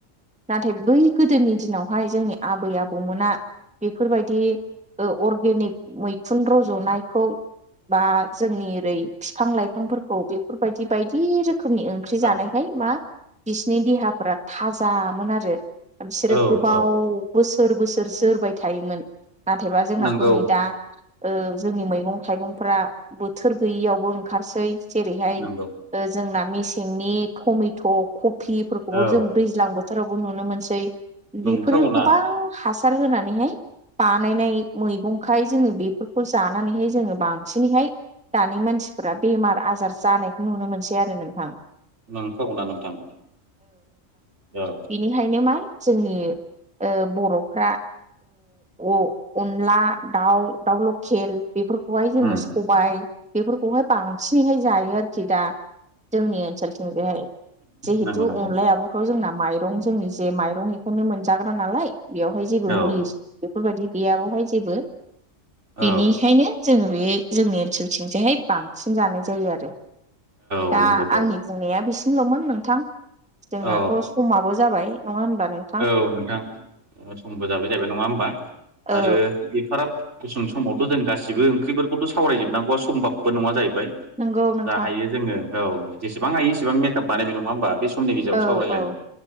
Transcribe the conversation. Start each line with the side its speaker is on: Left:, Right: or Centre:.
Centre: नाथाय बै गोदोनि दिनावहाय जोंनि आबै आबौमोना बेफोरबायदि औ अर्गेनिक मैखुन रज'नायखौ बा जोंनि ओरै बिफां लाइफांफोरखौ औ बेफोरबायदि बायदि रोखोमनि ओंख्रि जानायहाय
Right: औ
Centre: मा बिसनि देहाफोरा थाजामोन आरो बिसोरो
Right: औ
Centre: गोबाव
Right: औ
Centre: बोसोर बोसोर जोरबाय थायोमोन नाथायबा जोंनाथ'
Right: नंगौ
Centre: नै दा ओ जोंनि मैगं थाइगंफ बोथोर गैयियावबो ओंखारसै जेरैहाय
Right: नंगौ
Centre: ओ जोंना मेसेंनि टमेट' कबििफोरखौबो
Right: औ
Centre: जों दैज्लां बो फोथारावबो नुनो मोनसै
Right: नंखागौना
Centre: बेफोरो गोबां हासार होनानैहाय बानायनाय मैगंखाय जोङो बेफोरखौ जानानैहाय जोङो बांसिनैहाय दानि मानसिफोरा बेमार आजार जानायखौ नुनो मोनसै आरो नोंथां।
Right: नोंखागौना नोंथां औ
Centre: बेनिखायनो मा जोंनि ओ बर'फ्रा ओ अ-अनला दाउ दाउ लकेल बेफोरखौहाय जोङो
Right: उम
Centre: सबाय बेफोरखौहाय बांसिनैहाय जायो आरोखि दा जोंनि ओनथिं बेहाय जिहेथु
Right: नंगौ नंगौ
Centre: अनलाया आब' खौ जोंना माइरं जोंनि जे माइरं बेखौनो मोनजाग्रा नालाय बेवहाय जेबो
Right: औ
Centre: मुलि। बेफोरबायदि गैयाबावहाय जेबो
Right: औ
Centre: बेनिखायनो जोङो बे जोंनि ओनसोलथिंजायहाय बांसिन जानाय जायो आरो
Right: औ
Centre: दा
Right: नंगौथ'
Centre: आंनि। बुंनाया बिसिमल'मोन नोंथां जोंनाथ'
Right: औ
Centre: समाबो जाबाय नङा होनबा नों
Right: औ नोंथां समबो जाबाय जाबाय नङा होमबा
Centre: औ
Right: आरो एफाराब। गुसुं समावथ' जों गासिबो ओंख्रिफोरखौथ' सावरायजोबनांगौआ सम्भाबबो नङा जाहैबाय।
Centre: नंगौ नोंथां
Right: जा हायो जोङो औ जेसेबां हायो इसेबां मेकआप बानायगोन नङा होमबा बे समनि गेजेराव
Centre: औ
Right: सावरायलायनाय
Centre: औ